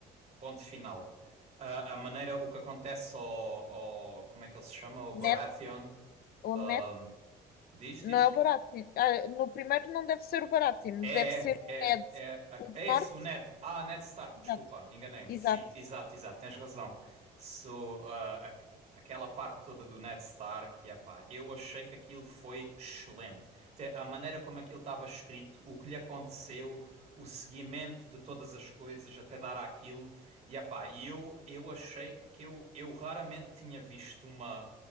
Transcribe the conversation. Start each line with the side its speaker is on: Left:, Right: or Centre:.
Right: Ponto final. A, a maneira, o que acontece ao, ao- como é que ele se chama? O Baratheon.
Left: Net ou
Right: ahm,
Left: net?
Right: diz,
Left: Não
Right: diz?
Left: é o Baratheon. Ah, no primeiro não deve ser o Baratheon,
Right: É,
Left: deve ser
Right: é,
Left: o
Right: é,
Left: Ned,
Right: é, a-
Left: o do
Right: é
Left: norte.
Right: esse o Ned. Ah, Ned Stark,
Left: Exato,
Right: desculpa, enganei-me.
Left: exato.
Right: Sim, exato, exato, tens razão. So, ah, a- aquela parte toda do Ned Stark, epá, eu achei que aquilo foi excelente. Até a maneira como aquilo estava escrito, o que lhe aconteceu, o seguimento de todas as coisas até dar àquilo, e epá, e eu, eu achei, porque eu, eu raramente tinha visto uma